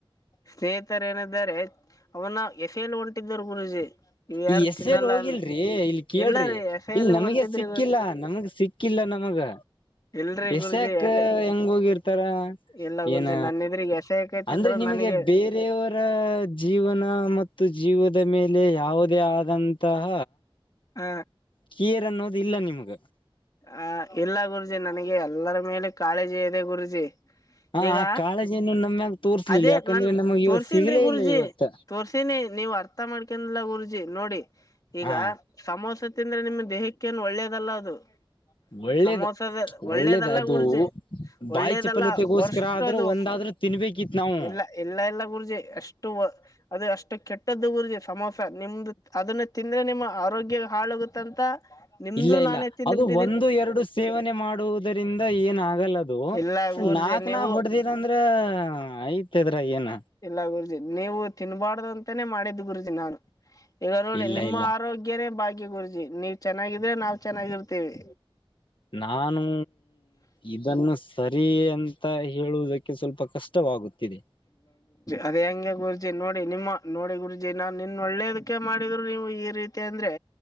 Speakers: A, on the left; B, on the left.
A: ಸ್ನೇಹಿತರೇನಿದ್ದಾರೆ ಅವನ್ನ ಎಸೆಯಲು ಹೊಂಟಿದ್ದರು ಗುರುಜಿ. ಇವ್ ಯಾರು
B: ಈ ಎಸೆಯಲು
A: ತಿನ್ನಲ್ಲ
B: ಹೋಗಿಲ್ರಿ
A: ಅಂದ
B: ಇಲ್ ಕೇಳ್ರಿ
A: ಇಲ್ಲ ರೀ ಎಸೆಯಲು
B: ಇಲ್ ನಮಗೆ
A: ಹೊಂಟಿದ್ರಿ
B: ಸಿಕ್ಕಿಲ್ಲಾ
A: ಗುರು
B: ನಮಗ್ ಸಿಕ್ಕಿಲ್ಲ ನಮ್ ಗ
A: ಇಲ್ರಿ
B: ಎಸೆಯಾಕ್
A: ಗುರುಜಿ ಎಸೆ
B: ಹೆಂಗ್ ಹೋಗಿರ್ತ್ ತರ
A: ಇಲ್ಲ ಗುರುಜಿ
B: ಏನ
A: ನನ್ನ ಇದ್ರಿಗೆ ಎಸೆಯಕತಿದ್ರು
B: ಅಂದ್ರೆ ನಿಮಗೆ
A: ನನಗೆ
B: ಬೇರೆಯವರ ಜೀವನ ಮತ್ತು ಜೀವ ಮೇಲೆ ಯಾವುದೇ ಆದಂತಹ
A: ಹ
B: ಕೀರನ್ನು ಇಲ್ಲ ನಿಮ್ಗ
A: ಆ ಇಲ್ಲ ಗುರುಜಿ ನನಗೆ ಎಲ್ಲರ ಮೇಲೆ ಕಾಳಜಿ ಇದೆ ಗುರುಜಿ
B: ಹ
A: ಈಗ
B: ಆ ಕಾಳಜಿಯನ್ನು ನಮ್ಯಾಗ ತೋರ್ಸ್ಲಿಲ್ಲ
A: ಅದೇ
B: ಯಾಕಂದ್ರೆ
A: ನನ್
B: ನಮಗ್
A: ತೋರ್ಸನ್
B: ಇವತ್ ಸಿಗ್ಲೇ
A: ಗುರುಜಿ
B: ಇಲ್ಲ ಇವತ್ತ.
A: ತೋರ್ಸನ್ ನೀವು ಅರ್ಥ ಮಾಡ್ಕೊಂಡ ಗ ಜಿ ನೋಡಿ ಈಗ
B: ಹಾ
A: ಸಮೋಸ ತಿಂದ್ರೆ ನಿಮ ದೇಹಕ್ಕ ಏನು ಒಳ್ಳೇದಲ್ಲ ಅದು
B: ಒಳ್ಳೇದ
A: ಸಮೋಸದ ಒಳ್ಳೇದಲ್ಲ
B: ಒಳ್ಳೇದ ಅದು
A: ಗುರ್ಜಿ
B: ಬಾಯಿ
A: ಒಳ್ಳೇದಲ್ಲ
B: ಚಪಲತೆಗೋಸ್ಕರ
A: ವರ್ಷ್ಟದು
B: ಆದ್ರೂ ಒಂದಾದ್ರೂ ತಿನ್ಬೇಕಿತ್ ನಾವು
A: ಇಲ್ಲ ಎಲ್ಲ ಎಲ್ಲ ಗುರ್ಜಿ ಎಷ್ಟು ಅದು ಅಷ್ಟು ಕೆಟ್ಟ ಪಟ್ಟದ್ದು ಗುರ್ಜಿ ಸಮೋಸ ನಿಮ್ದು ಅದನ್ನ ತಿಂದ್ರೆ ನಿಮ್ಮ ಆರೋಗ್ಯ ಹಾಳೋಗುತ್ತಂತ ನಿಮ್ದು
B: ಇಲ್ಲ ಇಲ್ಲ
A: ನಾನ ಎತ್ತಿಂದ್
B: ಅದು
A: ಬಿಟ್ಟು
B: ಒಂದು ಎರಡು ಸೇವನೆ ಮಾಡುವುದರಿಂದ ಏನಾಗಲ್ಲ ಹೌದು
A: ಇಲ್ಲ ಗುರುಜಿ
B: ನಾಕ್
A: ನೀವು
B: ನಾ ಹೊಡ್ದಿರ ಅಂದ್ರ ಐತದ್ರ ಏನ
A: ಇಲ್ಲ ಗುರ್ಜಿ ನೀವು ತಿನ್ಬಾರ್ದಂತ ನೆ ಮಾಡಿದ್ದು ಗುರುಜಿ ನಾನು ಈಗ ನೋಡ
B: ಇಲ್ಲ
A: ನಿಮ್ಮ
B: ಇಲ್ಲ
A: ಆರೋಗ್ಯನೇ ಬಾಗಿ ಗುರುಜಿ ನೀ ಚೆನ್ನಾಗಿದ್ರ ನಾ ಚೆನ್ನಾಗಿರ್ತೇವಿ
B: ನಾನು ಇದನ್ನು ಸರಿ ಅಂತ ಹೇಳುವುದಕ್ಕೆ ಸ್ವಲ್ಪ ಕಷ್ಟವಾಗುತ್ತಿದೆ
A: ಅದ ಹೆಂಗೆ ಗುರುಜಿ ನೋಡಿ ನಿಮ್ಮ ನೋಡಿ ಗುರುಜಿ ನಾನ್ ನಿನ್ ಒಳ್ಳೇದಕ್ಕೆ ಮಾಡಿದ್ರು ನೀವು ಈ ರೀತಿ ಅಂದ್ರೆ